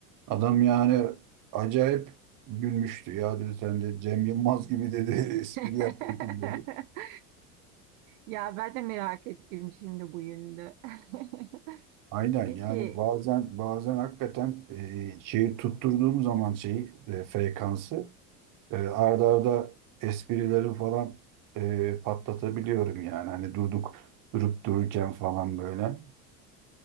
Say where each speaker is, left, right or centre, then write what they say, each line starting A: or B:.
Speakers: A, on the right; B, on the right.
A: Adam yani acayip gülmüştü. Ya dedi sen de Cem Yılmaz gibi dedi <laughs>
B: <laughs>
A: espri yapıyorsun dedi.
B: Ya ben de merak ettim şimdi bu yönünü. <laughs>
A: Aynen
B: Peki,
A: yani bazen bazen hakikaten e, şeyi tutturduğum zaman şeyi e, frekansı e, arda arda esprileri falan e, patlatabiliyorum yani hani durduk durup dururken falan böyle.